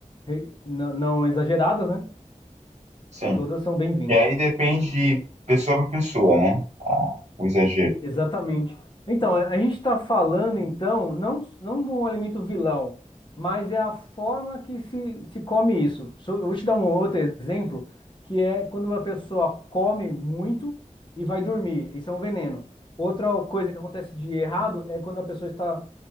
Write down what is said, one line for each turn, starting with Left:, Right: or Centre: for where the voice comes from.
Left: re- não, não exageradas, né?
Right: sim.
Left: Todas são bem-vindas.
Right: E aí depende de pessoa para pessoa, né? O exagero.
Left: Exatamente. Então, a a gente está falando, então, não, não de um alimento vilão, mas é a forma que se, se come isso. So- Eu vou te dar um outro exemplo, que é quando a pessoa come muito e vai dormir. Isso é um veneno. Outra coisa que acontece de errado é quando a pessoa está,